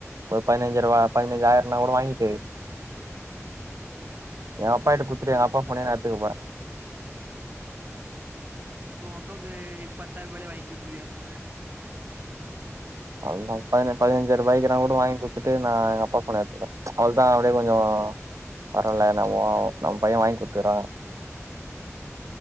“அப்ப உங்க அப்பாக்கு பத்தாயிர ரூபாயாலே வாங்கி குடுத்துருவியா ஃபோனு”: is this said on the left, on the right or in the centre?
Right